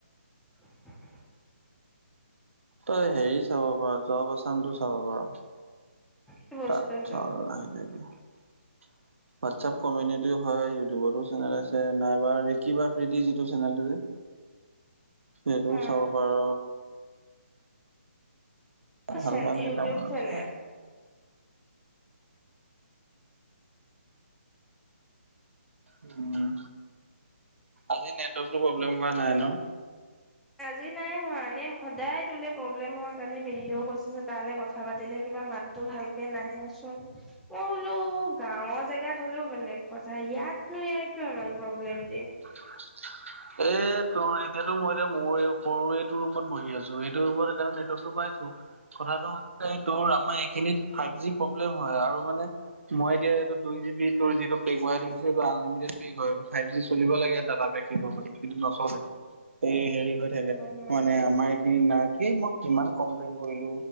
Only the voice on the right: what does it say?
তই হেৰি চাব পাৰো জব আসামটো চাব পাৰ।
তাত
চাব পাৰা হোৱাটছএপ কমিউনি তিও হয় ইউটিউবতো চেনেল আছে নাইবা ৰেকিব আফ্ৰেডী যিটো চেনেলটো যে। সেইটোও
চাব পাৰ।
ভাল
ভাল
কেইটামান
আছে। উম আজি নেটৱৰ্কটো প্ৰব্লেম কৰা নাই ন।
<inaudible> এই তুমি এতিয়াতো মই এতিয়া মোৰ সৰুটো ৰুমত বহি আছো এইটো ৰুমত সেইকাৰণে নেটৱৰ্কটো পাইছো কথাটো হ'ল এই তোৰ আমাৰ এইখিনিত ফাইভ জি প্ৰব্লেম হয় আৰু মানে মই এতিয়া এইটো দুই জি বি তোৰ যিটো পেকাইছে এইটো আনলিমিটে পে' হয় ফাইভ জি চলিব লাগে ডাটা পেক। থ প কিন্তু নচলে এই হেৰি হৈ থাকে
মানে আমাৰ এইখিনি নাই এই মই কিমান কমপ্লেইন কৰিলো